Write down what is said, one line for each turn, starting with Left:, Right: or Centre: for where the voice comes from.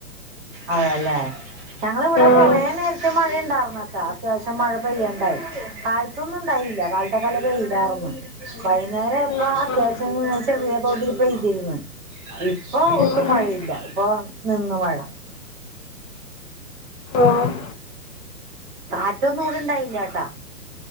Right: അതല്ലേ. ഞങ്ങളിവിടെ
Left: ആഹ്
Right: കൊറേനേരം- മഴയുണ്ടാരുന്നു കേട്ടോ അത്യാവശ്യം മഴ പെയ്യണ്ടായി കാലത്തൊന്നുയുണ്ടായില്ല കാലത്തൊക്കെ നല്ല വെയിലാരുന്നു വൈന്നേരം ആയപ്പൊ
Left: ആഹ്
Right: അത്യാവശ്യം
Left: ആഹ്
Right: ചെറിയ തോതിൽ പെയ്തിരുന്ന് ഇപ്പൊ ഒട്ടും
Left: ഉം
Right: മഴയില്ല
Left: ഉം
Right: ഇപ്പൊ നിന്ന് മഴ.
Left: ഓഹ്
Right: കാറ്റൊന്നും ഇവിടെ ഇണ്ടായില്ലാട്ടാ.